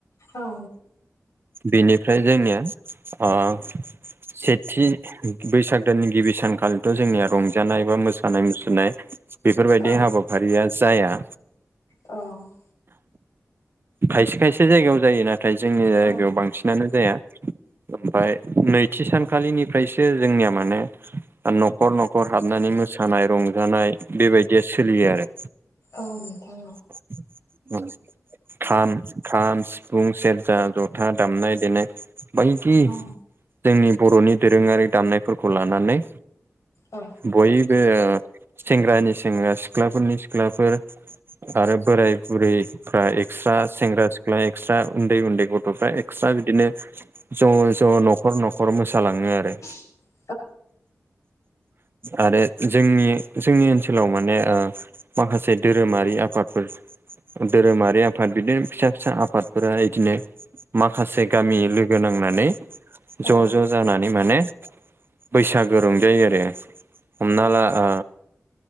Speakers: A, on the left; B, on the right.
A: औ।
B: बेनिफ्राय जोंनिया ओ सेथि बैसाग गोदोनि गिबि सानखालिथ' जोंनिया रंजानाय बा मोसानाय मुसुरनाय बेफोरबायदि
A: औ
B: हाबा हाबाफारिया जाया।
A: औ
B: खायसे खायसे जायगायाव जायो नाथाय जोंनि जायगायाव
A: औ
B: बांसिनानो जाया। ओमफ्राय नैथि सानखालिनिफ्रायसो जोंनिया माने नखर नखर हाब- हाबनानै मोसानाय रंजानाय बेबायदिया सोलियो आरो।
A: औ नोंथां।
B: <inaudible> खाम, खाम, सिफुं, सेरजा, जथा दामनाय देनाय। बायदि
A: औ
B: जोंनि बर'नि दोरोङारि दामनायफोरखौ लानानै
A: औ।
B: बयबो सेंग्रानि सेंग्रा सिख्लाफोरनि सिख्लाफोर आरो बोराइ बुरैफ्रा एक्सट्रा सेंग्रा सिख्ला एक्सट्रा उन्दै उन्दै गथ'फ्रा एक्सट्रा बिदिनो ज' ज' नखर नखर मोसालाङो आरो।
A: <inaudible>
B: आरो जोंनि जोंनि ओनसोलाव माने ओ माखासे धोरोमारि आफादफोर धोरोमारि आफाद बिदिनो फिसा फिसा आफादफोरा इदिनो माखासे गामि लोगो नांनानै ज'
A: औ नोंथां औ अ
B: ज' जानानै माने बैसागो रंजायो आरो हमना ला ओ